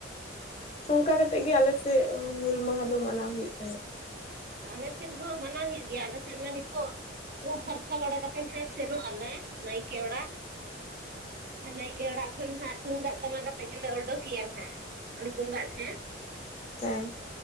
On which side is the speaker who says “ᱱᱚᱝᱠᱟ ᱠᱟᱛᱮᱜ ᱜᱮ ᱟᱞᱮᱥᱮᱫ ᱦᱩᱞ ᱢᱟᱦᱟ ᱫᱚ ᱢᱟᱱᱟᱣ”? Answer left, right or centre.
Left